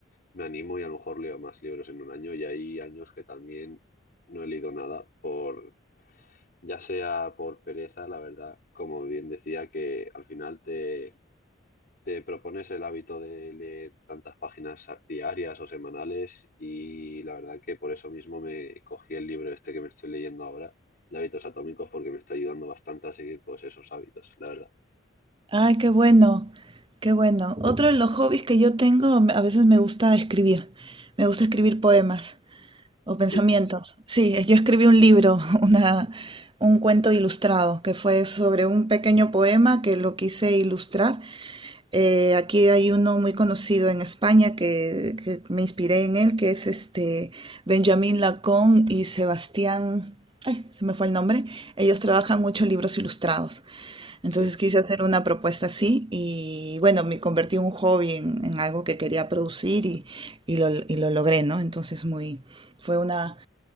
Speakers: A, on the left; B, on the right.
A: me animo y a lo mejor leo más libros en un año. Y hay años que también no he leído nada por ya sea por pereza, la verdad, como bien decía, que al final te, te propones el hábito de leer tantas páginas a- diarias o semanales y la verdad que por eso mismo me cogí el libro este que me estoy leyendo ahora, de hábitos atómicos, porque me está ayudando bastante a seguir pues esos hábitos, la verdad.
B: Ay, qué bueno, qué bueno. Otro de los hobbies que yo tengo, me- a veces me gusta escribir. Me gusta escribir poemas o
A: Sí,
B: pensamientos. Sí, eh, yo escribí un libro, <laughs> una, un cuento ilustrado, que fue sobre un pequeño poema que lo quise ilustrar Eh, aquí hay uno muy conocido en España que, que me inspiré en él, que es este Benjamín Lacón y Sebastián, ay, se me fue el nombre. Ellos trabajan mucho libros ilustrados. Entonces
A: sí.
B: quise hacer una propuesta así y bueno, me convertí un hobby en, en algo que quería producir y, y lo, y lo logré, ¿no? Entonces muy, fue una,